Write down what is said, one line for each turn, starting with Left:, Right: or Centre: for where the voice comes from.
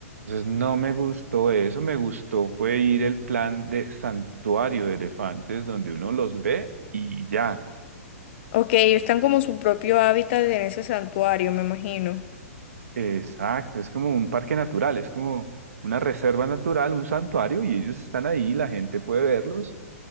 Right: Entonces no me gustó eso, me gustó fue ir el plan de santuario de elefantes donde uno los ve y ya.
Left: Ok, ellos están como en su propio hábitat en ese santuario, me imagino.
Right: Exacto, es como un parque natural, es como una reserva natural, un santuario, y ellos están ahí, la gente puede verlos,